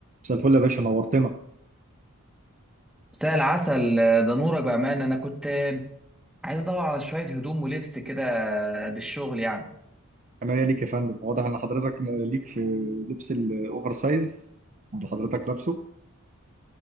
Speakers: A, on the right; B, in the centre.
A: مساء الفل يا باشا نورتنا
B: مساء العسل ده نورك بأمانة أنا كنت عايز أدور على شوية هدوم ولبس كده للشغل يعني
A: انا ويا ليك يا فندم واضح ان حضرتك ليك في لبس الاوفر سايز اللي حضرتك لابسه